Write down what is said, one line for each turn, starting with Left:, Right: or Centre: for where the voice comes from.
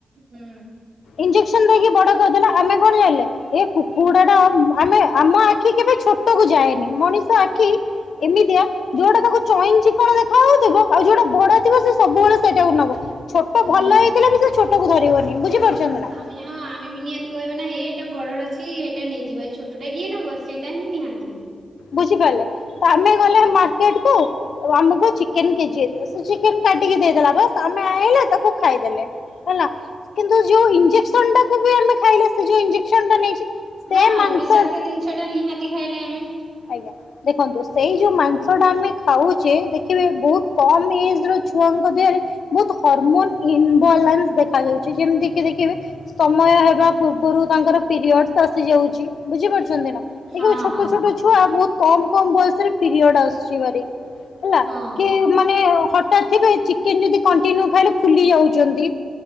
Right: ହୁଁ
Left: ଇଞଜେସନ ଦେଇକି ବଡ କରିଦେଲେ ଆମେ କଣ ଜାଣିଲେ ଏ କୁକୁଡା ଟା ଆମେ ଆମ ଆଖି କେବେ ଛୋଟ କୁ ଯାଏନି ମଣିଷ ଆଖି ଏମି ଦିଆ ଯୋଉଟା ତାକୁ ଚଇନ ଚିକଣ ଦେଖା ହାଉଥିବ ଆଉ ଯୋଉଟା ଭଡା ଥିବ ସେ ସବୁବେଳେ ସେଇଟାକୁ ନବ। ଛ
Right: ହୁଁ
Left: ଭଲ
Right: ନିହାତି।
Left: ହେଇଥିଲା ବି ସେ ଛୋଟୁ ଧରିବନି ବୁଝିପାରୁଛନ୍ତି ନା।
Right: ଆମେ ହଁ ଆମେ ବି ନିହାତି କହିବା ନା ଏଇଟା ବଡ ର ଅଛି ଏଇଟା ନେଇଯିବା ଏଇ ଛୋଟା କିଏ ନବ ସେଇଟା ହିଁ ନିହାତି।
Left: ବୁଝିପାରିଲେ ଆମେ ଗଲେ
Right: ହଁ।
Left: ମାର୍କେଟ କୁ ଆମକୁ ଚିକେନ କେଜି ଚେନ କାଟିକି ଦେଇଦେଲାସ୍ ଆମେ ଆଣଲେ ତାକୁ ଖାଇଦେଲେ। ହେଲା କିନ୍ତୁ ଯୋଉ ଇଞ୍ଜେକ୍ସନ ଟା କୁ ବି ଆମେ ଖାଇଲେ ସେ ଯୋଉ ଇଞ୍ଜେକ୍ସନ ଟା ନେଇଛି। ସେ
Right: ହଁ
Left: ମାଂସ
Right: ବିଷାକ୍ତ ଜିନିଷ ଟା ନିହାତି ଖାଇଲେ ଆମେ।
Left: ଆଜ୍ଞା। ଦେଖନ୍ତୁ ସେଇ ଯୋଉ ମାଂସ ଟା ଆମେ ଖାଉଛେ ଦେଖିବେ ବହୁତ କମ ଏଜ ର ଛୁଆଙ୍କ ଦେହରେ ବହୁତ ହରମୋନ ଇନବାଲାନ୍ସ ଦେଖା ଯାଉଛି ଯେମିତି ଦେଖିବି ସମୟ ହେବା ପୂର୍ବରୁ ତାଙ୍କର ପିରିୟଡସ ଆସି ଯାଉଛି ବୁଝିପାରୁଛନ୍ତି ନା। ଦେଖ
Right: ହଁ
Left: ଛୋଟ
Right: ହଁ।
Left: ଛୋଟ ଛୁଆ ବହୁତ କମ କମ ବୟସରେ ପିରିୟଡ ଆସୁଛି। ହେଲା
Right: ହଁ
Left: କି ମାନେ ହଠାତ୍ ଥିବେ ଚେ ଯଦି କଣ୍ଟିନ୍ୟୁ ଖାଇଲେ ଫୁଲି ଯାଉଛନ୍ତି।